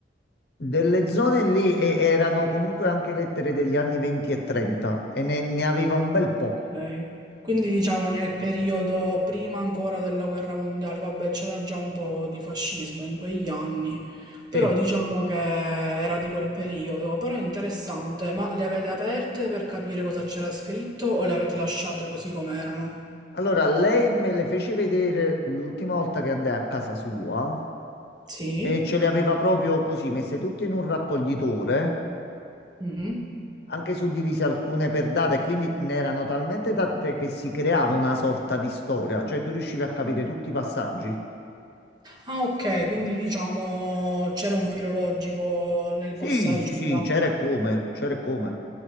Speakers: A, on the left; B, on the right.
A: Delle zone lì e- erano comunque anche lettere degli anni 20 e 30 e ne, ne aveva un bel po'.
B: lei. Quindi diciamo nel periodo prima ancora della guerra mondiale, vabbè, c'era già un po' di fascismo in quegli anni, però
A: Sì.
B: diciamo che era di quel periodo, però è interessante, ma le avete aperte per capire cosa c'era scritto o le avete lasciate così com'erano?
A: Allora, lei me le fece vedere l'ultima volta che andai a casa sua
B: Sì?
A: e ce le aveva proprio così, messe tutte in un raccoglitore,
B: Mhm.
A: anche suddivise alcune per date, quindi ne erano talmente tante che si creava una sorta di storia, cioè tu riuscivi a capire tutti i passaggi.
B: Ah, ok, quindi diciamo c'era un filo logico nel
A: Sì,
B: passaggio
A: sì, sì,
B: tra...
A: c'era e come, c'era e come.